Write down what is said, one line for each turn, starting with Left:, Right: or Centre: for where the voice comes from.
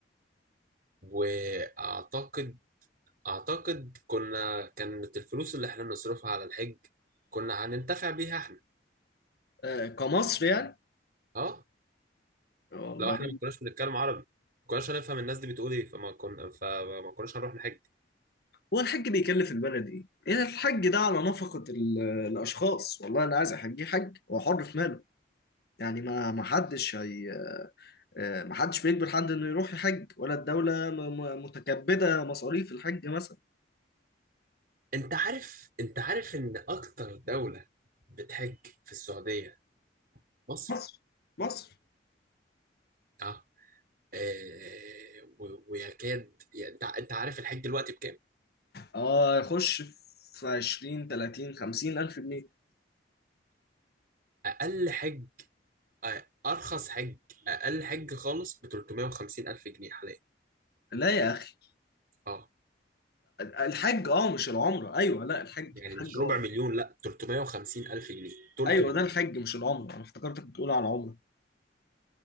Right: واعتقد اعتقد كنا كانت الفلوس اللي احنا بنصرفها على الحج كنا هننتفع بيها احنا
Left: آه كمصر يعني
Right: اه
Left: والله
Right: لو احنا ما كناش بنتكلم عربي ما كناش هنفهم الناس دي بتقول ايه فما كنا فما كناش هنروح نحج
Left: هو الحج بيكلف البلد ايه؟ ايه الحج ده على نفقة ال- الاشخاص والله اللي عايز احجيه حج هو حر في ماله يعني ما ما حدش هي آه، محدش بيجبر حد انه يروح يحج ولا الدولة م- م- متكبدة مصاريف الحج مثلا
Right: انت عارف انت عارف ان اكتر دولة بتحج في السعودية مصر
Left: مصر مصر
Right: اه آه، و- ويكاد يعني انت انت عارف الحج دلوقتي بكام؟
Left: اه يخش في 20 30 50 الف جنيه
Right: اقل حج آه، ارخص حج اقل حج خالص ب 350 الف جنيه حاليا
Left: لا يا اخي
Right: اه
Left: الحج اه مش العمرة ايوه لا الحج
Right: يعني
Left: الحج
Right: مش ربع
Left: اه
Right: مليون لا 350 الف جنيه تلت
Left: ايوه
Right: مليون
Left: ده الحج مش العمرة انا افتكرتك بتقول على العمرة